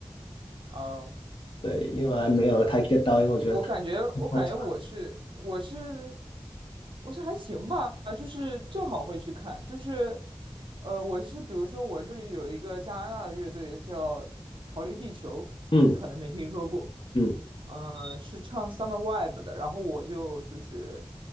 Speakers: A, on the right (about 60°); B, on the left (about 60°).
A: 啊、
B: 对，因为还没有太 get 到，因为我觉得太
A: 我感觉，我感觉我是我是
B: 嘈杂。
A: 我是还行吧，就是正好会去看，就是呃，我是比如说我这里有一个加拿大的乐队叫《逃离地球》，
B: 嗯
A: 你可能没听说过，
B: 嗯，
A: 嗯、呃，是唱《Summer Vibe》的，然后我就就是